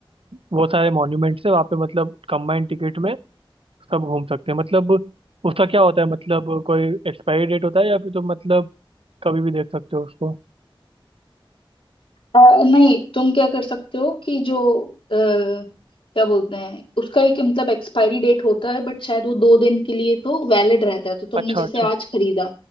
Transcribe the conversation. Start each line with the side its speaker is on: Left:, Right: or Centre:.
Right: वो सारे मॉन्यूमेंट्स है वहाँ पे मतलब कंबाइंड टिकट में सब घूम सकते हैं मतलब उसका क्या होता है मतलब कोई एक्सपायरी डेट होता है या फिर तुम मतलब कभी भी देख सकते हो उसको
Left: नहीं तुम क्या कर सकते हो कि जो अ, क्या बोलते हैं उसका एक मतलब एक्सपायरी डेट होता है बट शायद वो दो दिन के लिए तो वैलिड रहता है तो तुमने
Right: अच्छा
Left: जैसे
Right: अच्छा
Left: आज खरीदा